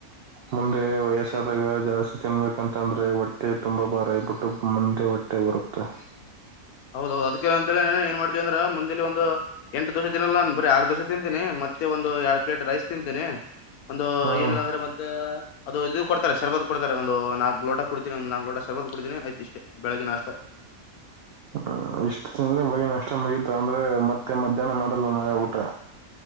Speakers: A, on the right; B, on the left.
A: ಮುಂದೆ ವಯಸ್ಸಾದಾಗ
B: ಏನು
A: ಜಾಸ್ತಿ ತಿನ್ಬೇಕಂತಂದ್ರೆ ಹೊಟ್ಟೆ ತುಂಬಾ ಬಾರ ಆಗ್ಬಿಟ್ಟು ಮುಂದೆ ಹೊಟ್ಟೆ ಬರುತ್ತೆ
B: ಹೌದೌದು ಅದ್ಕ್ಕೆಲ್ಲ ಅಂತ ಹೇಳಿ ಏನ್ ಮಾಡ್ತೀವಿ ಅಂದ್ರ ಮುಂದೆ ಒಂದು ಎಂಟ ದೋಸೆ ತಿನ್ನಲ್ಲ ಬರೀ ಆರು ದೋಸೆ ತಿಂದಿನಿ ಮತ್ತೆ ಒಂದು ಎರಡ್ ಪ್ಲೇಟ್ ರೈಸ್ ತಿಂತೇನೆ ಒಂದು
A: ಹ್ಮ್
B: ಏನೇನ ಅಂದ್ರೆ ಮತ್ತೆ ಅದು ಇದು ಕೊಡ್ತಾರೆ ಶರ್ಬತ್ತು ಕೊಡ್ತಾರೆ ಒಂದು ನಾಲ್ಕ್ ಲೋಟ ಕೊಡ್ತೀಿನಿ ಒಂದು ನಾಲ್ಕ್ ಲೋಟ ಶರ್ಬತ್ ಕೊಡಿತಿನಿ ಆಯ್ತ ಇಷ್ಟೇ ಬೆಳಗ್ ನಾಷ್ಟ ಹ.
A: ಹ್ಮ್ ಇಷ್ಟು ತಿಂದ್ರೆ ಬಳಿ ನಷ್ಟ ಮುಗಿತು ಅಂದ್ರೆ ಮತ್ತೆ ಮಧ್ಯಾಹ್ನ ಮಾಡಲ್ಲ ನಾವೆ ಊಟ.